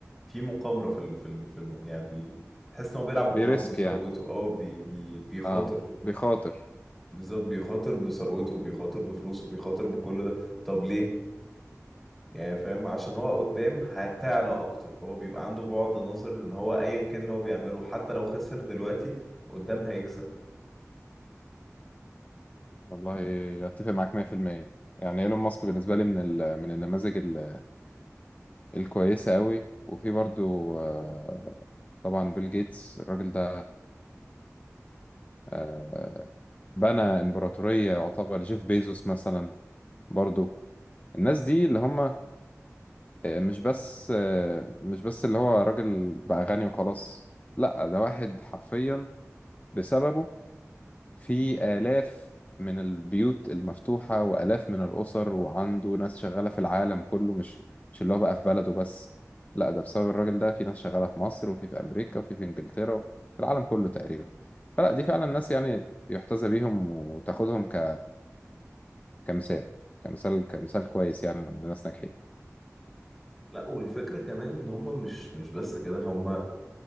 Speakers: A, in the centre; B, on the left.
A: في مقامرة في ال- في ال- في الموضوع يعني بي تحس ان هو بيلعب
B: بيريسك
A: قمار بثروته
B: يعني
A: اه بي بي بيخاطر
B: آه بيخاطر
A: بالذات بيخاطر بثروته بيخاطر بفلوسه بيخاطر بكل ده طب ليه يعني فاهم عشان هو قدام هتعلى اكتر هو بيبقى عنده بعد نظر ان هو ايا كان اللي هو بيعمله حتى لو خسر دلوقتي قدام هيكسب
B: والله أتفق معاك 100% يعني إيلون ماسك بالنسبة لي من ال من النماذج ال الكويسة قوي وفي برضو آه طبعا بيل جيتس الراجل ده آه بنى إمبراطورية يعتبر جيف بيزوس مثلا برضو الناس دي اللي هم آه، مش بس آه، مش بس اللي هو راجل بقى غني وخلاص لا ده واحد حرفيا بسببه في آلاف من البيوت المفتوحة وآلاف من الأسر وعنده ناس شغالة في العالم كله مش مش اللي هو بقى في بلده بس لا ده بسبب الراجل ده في ناس شغالة في مصر وفي في أمريكا وفي في إنجلترا في العالم كله تقريبا فلا دي فعلا ناس يعني يحتذى بيهم وتاخدهم ك... كمثال كمثال كمثال كويس يعني لما ناس ناجحين
A: لا والفكرة كمان ان هم مش مش بس كده هم